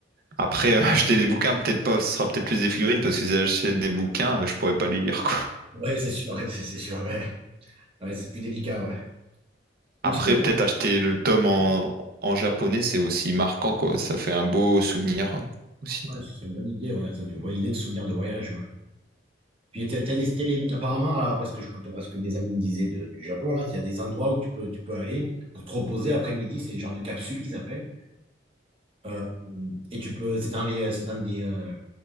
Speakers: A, on the right (about 55°); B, on the right (about 30°).
A: après, euh, <laughs> acheter des bouquins, peut-être pas, ce sera peut-être plus des figurines, parce que si j'achète des bouquins, euh, je pourrais pas les lire, quoi.
B: Ouais, c'est sûr, ouais, c'est c'est sûr, ouais. Ouais, c'est plus délicat, ouais. Mais
A: Après,
B: tu sais,
A: peut-être acheter le tome en, en japonais, c'est aussi marquant, quoi, ça fait un beau souvenir euh, aussi.
B: ouais, ce serait une bonne idée, ouais, c'est une bonne idée de souvenir de voyage, ouais. Puis t'as, t'as des, t'as des- apparemment, alors, parce que, je, parce que mes amis me disaient de- du Japon, là, il y a des endroits où tu peux, tu peux aller pour te reposer l'après-midi, c'est le genre de capsule qu'ils appellent. Euh, et tu peux, c'est dans les, c'est dans des, euh,